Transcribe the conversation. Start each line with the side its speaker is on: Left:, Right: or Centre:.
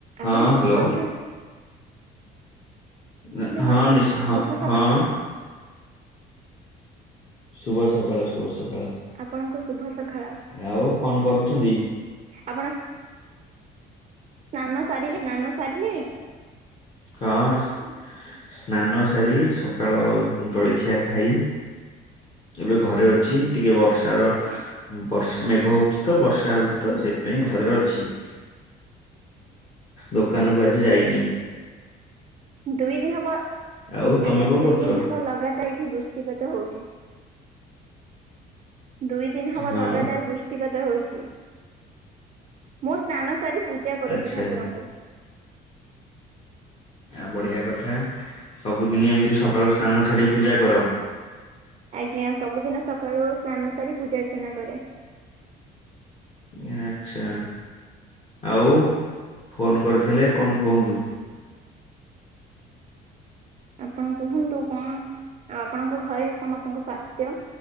Right: ଆପଣ
Left: ହଁ
Right: ଶୁଣି
Left: ହ୍ୟାଲୋ
Right: ପାରୁଛନ୍ତି।
Left: ଏ
Right: ମତେ?
Left: ହଁ ନିଶ୍ଚ ହଁ
Right: ଶୁଭ ସକାଳ
Left: ହଁ। ଶୁଭ ସକାଳ ଶୁଭ ସକାଳ।
Right: ଆପଣଙ୍କୁ ଶୁଭ ସକାଳ
Left: ଆଉ କଣ କରୁଛନ୍ତି?
Right: ଆପଣ ସ୍ନାନ ସାରିଲେ। ସ୍ନାନ ସାରିଲେଣି।
Left: କଣ କରୁଛୁ? ସ୍ନାନ ସାରି ସକାଳ ଉଁ ଜଳଖିଆ ଖାଇ ଏବେ ଘରେ ଅଛି। ଟିକେ ବଷ୍
Right: ଆଜ୍ଞା।
Left: ବଷ୍ ମେଘ ହଉଛି ତ ବର୍ଷା ହଉଛି ତ ସେଥିପାଇଁ ଘରେ ଅଛି। ଦୋକାନକୁ ଆଜି ଯାଇନି।
Right: ଦୁଇ ଦିନି ହବ
Left: ଆଉ ତମେ
Right: ଆଜ୍ଞା
Left: କଣ
Right: ଦୁଇ
Left: କରୁଛ
Right: ଦିନ ହବ ଲଗାତ୍ ବର୍ଷା ଏଇଠି ବୃଷ୍ଟିପାତ ହଉଛି। ଦୁଇ ଦିନି ହବ
Left: ହଁ
Right: ଲଗାତାର ବୃଷ୍ ବୃଷ୍ଟିପାତ ହଉଛି। ମୁଁ ସ୍ନାନ ସାରି ପୂଜା କରୁଚି
Left: ଆଚ୍ଛା।
Right: ଠାକୁରଙ୍କୁ।
Left: ଆ ବଢ଼ିଆ କଥା ସବୁଦିନ ଏମିତି ସକାଳୁ ସ୍ନାନ ସାରି ପୂଜା କର।
Right: ଆଜ୍ଞା ସବୁଦିନ ସକାଳୁ ସ୍ନାନ ସାରି ପୂଜାର୍ଚ୍ଚନା କରେ।
Left: ଓଃ ଆଚ୍ଛା। ଆଉ ଫୋନ କରିଥିଲେ। କଣ କୁହନ୍ତୁ?
Right: ଆପଣ କୁହନ୍ତୁ କଣ? ଆଉ ଆପଣଙ୍କ ଘରେ ସମସ୍ତଙ୍କ ସ୍ୱାସ୍ଥ୍ୟ